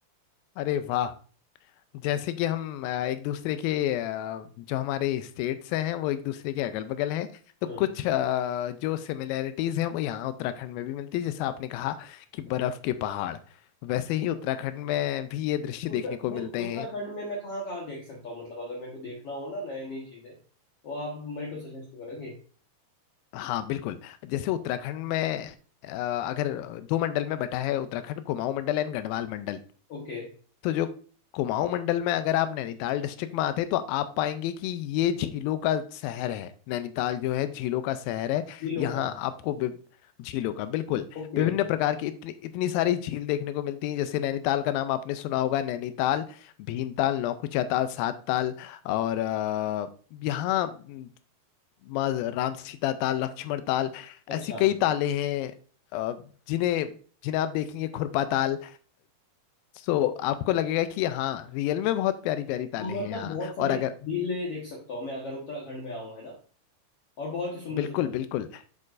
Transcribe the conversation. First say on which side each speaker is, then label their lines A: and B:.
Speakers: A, on the left; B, on the left.
A: अरे वाह जैसे कि हम अ, एक दूसरे के अ, जो हमारे स्टेट्स हैं वो एक दूसरे के अगल बगल हैं तो
B: हम्म
A: कुछ अ, जो सिमिलैरिटीज हैं वो यहाँ उत्तराखंड में भी मिलती है जैसा आपने कहा कि बर्फ
B: हाँ।
A: के पहाड़ वैसे ही उत्तराखंड में भी ये दृश्य
B: उत्तर
A: देखने को
B: नहीं
A: मिलते
B: उत्तराखंड
A: हैं
B: में मैं कहाँ कहाँ देख सकता हूँ मतलब अगर मेरे को देखना हो ना नई नई चीजें तो आप मेरे को सजेस्ट करेंगे
A: हाँ बिल्कुल जैसे उत्तराखंड में अ, अगर दो मंडल में बटा है उत्तराखंड कुमाऊं मंडल एंड गढ़वाल मंडल
B: ओके
A: तो जो कुमाऊं मंडल में अगर आप नैनीताल डिस्ट्रिक्ट में आते हैं तो आप पाएंगे कि ये झीलों का शहर है नैनीताल जो है झीलों का शहर है
B: जिलों
A: यहाँ
B: का
A: आपको विभ- झीलों का बिल्कुल
B: Okay
A: विभिन्न
B: okay
A: प्रकार की इतनी इतनी सारी झील देखने को मिलती हैं जैसे नैनीताल का नाम आपने सुना होगा नैनीताल भीमताल नौकुचिया ताल सात ताल और अ, यहाँ म, माँ राम सीता ताल लक्ष्मण ताल
B: अच्छा
A: ऐसी कई तालें हैं अ, जिन्हें जिन्हें आप देखेंगे खुरपा ताल सो आपको लगेगा कि हाँ रियल में बहुत प्यारी प्यारी ताले
B: मतलब
A: हैं यहाँ
B: बहुत सारी
A: और अगर
B: झीलें देख सकता हूँ मैं अगर उत्तराखंड में आऊँ है ना और बहुत ही सुंदर
A: बिल्कुल
B: सुंदर
A: बिल्कुल